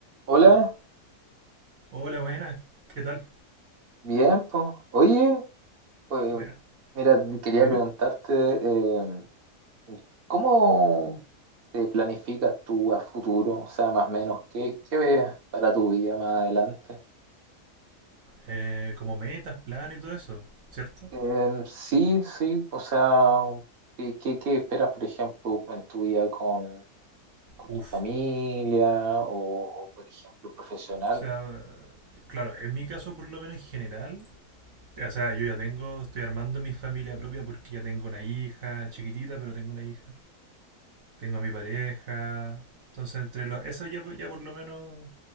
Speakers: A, on the right; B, on the right.
A: Hola,
B: Ya. Hola, buenas. ¿Qué tal?
A: bien, pues. Oye, eh,
B: Buenas.
A: mira, quería
B: Dime.
A: preguntarte, eh, ¿cómo te planificas tú a futuro? O sea, más o menos, ¿qué, qué ves para tu vida más adelante?
B: Eh, como metas, planes y todo eso, ¿cierto?
A: Eh, sí, sí, o sea, ¿qué, qué, qué esperas, por ejemplo, en tu vida con, con
B: Uf.
A: tu familia o, o, por ejemplo, profesional?
B: O sea, claro, en mi caso por lo menos en general, o sea, yo ya tengo, estoy armando mi familia propia porque ya tengo una hija, chiquitita, pero tengo una hija. Tengo a mi pareja. Entonces, entre los, eso ya, ya por lo menos